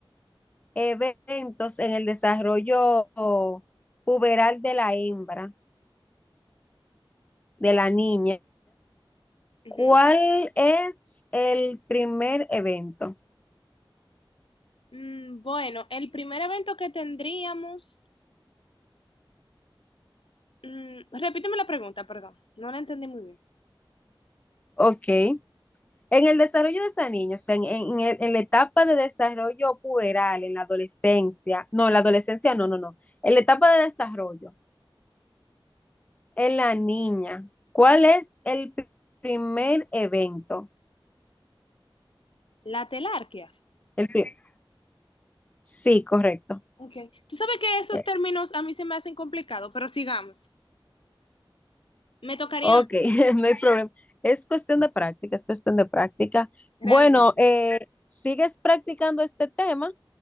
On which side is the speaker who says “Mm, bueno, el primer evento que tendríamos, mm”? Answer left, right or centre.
Left